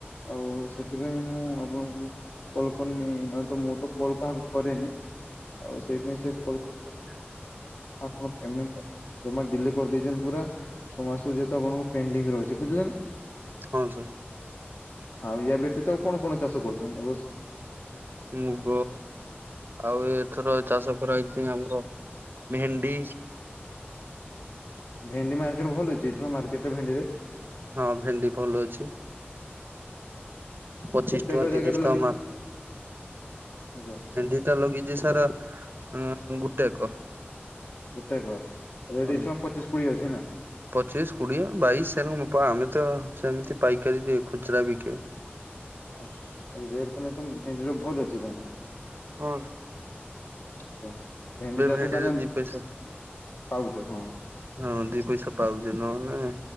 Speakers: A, on the left; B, on the right.
A: ଆଉ ସେଥିପାଇଁ ମୁଁ ଆପଣଙ୍କୁ କଲ୍ କରିନି, ନହେଲେ ମୁ ତ କଲ୍ କାହାକୁ କରେନି। ଆଉ ସେଇପାଇଁ ସେ କଲ୍ କରିଛନ୍ତି। ଆପଣ ପେମେଣ୍ଟ ଟା ଜମା ଡିଲେ କରିଦେଇଚନ୍ତି ପୁରା। ଛମାସର ଯେହେତୁ ଆପଣଙ୍କର ପେଣ୍ଡିଂରେ ଅଛି ବୁଝିଲେ ନା।
B: ହଁ ସାର୍।
A: ଆଉ ୟା ବ୍ୟତୀତ ଆଉ କଣ କଣ ଚାଷ କରୁଚନ୍ତି ଏ ବର୍ଷ?
B: ମୁଗ, ଆଉ ଏଥର ଚାଷ କରାହେଇଚି ଆମର ଭେଣ୍ଡି
A: ଭେଣ୍ଡି ମାର୍କେଟ ଭଲ ଅଛି ଏଛୁଅ ମାର୍କେଟରେ ଭେଣ୍ଡିରେ।
B: ହଁ ଭେଣ୍ଡି ଭଲ ଅଛି। ପଚିଶ
A: କେତେକ
B: ଟଙ୍କା
A: ଜାଗାରେ
B: ତିରିଶ
A: ଲଗେଇଥିଲେ
B: ଟଙ୍କା ମା
A: ଆଚ୍ଛା
B: ଭେଣ୍ଡି ଟା ଲାଗିଚି ସାର୍ ଉ ଗୁଟେ ଏକର୍।
A: ଗୋଟେ ଏକର ରେଟ୍
B: ହଁ।
A: ଏଛୁଆଁ ପଚିଶ କୋଡିଏ ଅଛି ନା?
B: ପଚିଶ, କୋଡ଼ିଏ, ବାଇଶି, ସେ ଆମେ ତ ସେମିତି ପାଇକାରୀ ଦିଏ ଖୁଚୁରା ବିକେ।
A: ଆଚ୍ଛା ରେଟ ତାହାନେ ତ ଭେଣ୍ଡିର ଭଲ୍ ଅଛି ତାନେ।
B: ହଁ।
A: ଭେ-ଭେଣ୍ଡି ଚାଷ
B: ଭେଣ୍ଡିରେ
A: ତାନେ
B: ଦି ପଇସା
A: ପାଉଚ ହଁ।
B: ହଁ ଦି ପଇସା ପାଉଚି ନହନେ,